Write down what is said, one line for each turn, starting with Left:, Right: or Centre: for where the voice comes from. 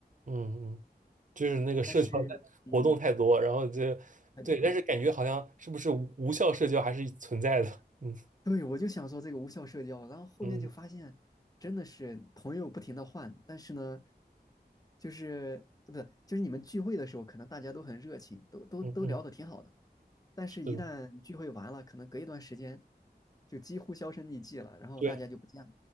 Right: 嗯嗯，就是那个社交的活动太多，
Left: 但是，嗯，
Right: 然后就对，
Left: 太多。
Right: 但是感觉好像是不是无无效社交还是存在的，嗯
Left: 对，我就想说这个无效社交，然后后面就发现真的是朋友不停的换，
Right: 嗯
Left: 但是呢，就是不是就是你们聚会的时候，可能大家都很热情，都都都聊得挺好的，
Right: 嗯嗯，嗯
Left: 但是一旦聚会完了，
Right: 是的，
Left: 可能隔一段时间就几乎销声匿迹了，然后大家就不见了，
Right: 对